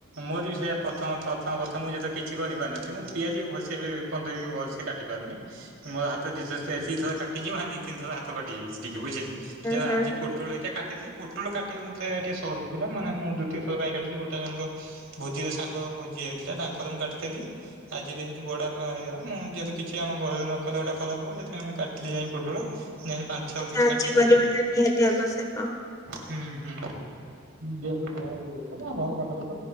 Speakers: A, on the right; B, on the left.
A: ମୋର ବି ସେୟା ପ୍ରଥମ ପ୍ରଥମ ପ୍ରଥମ ମୁ ଯେତ କିଛି କରିପାରିନଥିଲି ମୁଁ ପିଆଜ ବି ଭସେଇ ଏପର୍ଯ୍ୟନ୍ତ ବି ଭଲ ସେ କାଟି ପାରୁନି। ମୋର ହାତ ଦିଥ ଥର <inaudible> କାଟିକି ଦି ତିିନି ଥର ହାତ କଟି ଯାଇଛି ଟିକେ ବୁଝିଲେ।
B: ହୁଁ
A: ଯୋଉ
B: ହୁଁ।
A: ଆଜି ପୋଟଳ ଦିଟା କାଟିଦେ ପୋଟଲ କାଟିବା ମୋତେ ଟିକେ ସହଜ ଥିଲା ମାନେ ମୁଁ ଦ୍ୱିତୀୟଥର ପାଇଁ କାଟିଲି ଗୋଟେ ଜଣଙ୍କ ଭୋଜିରେ ସାଙ୍ଗ ଭୋଜି ହେଉଥିଲା ତାଙ୍କ ଘରେ ମୁଁ କାଟିଥିଲି। ଆଜି ଯେହେତୁ ବଡାପା ଆଇବ ମୁଁ ଯେହେତୁ କିଛି ଆମ ଘରେ ନକଲେ ଗୋଟା ଖରାପ ହବ ସେଥିପାଇଁ ମୁଁ କାଟିଲି ଯାଇ ପୋଟଳ ପୋଟଳ ଯାହା ହେଲେ ପାଞ୍ଚ ଛଅ
B: ସାହାଯ୍ୟ
A: କିଲୋ କାଟିଦେଲି।
B: କରିବାଟା ନିହାତି ଆବଶ୍ୟକ।
A: ହୁଁ ହୁଁ ଯେହେତୁ ଘର ହେଇ ଲୋକ ନା ଘର ପାଖ ଲୋକ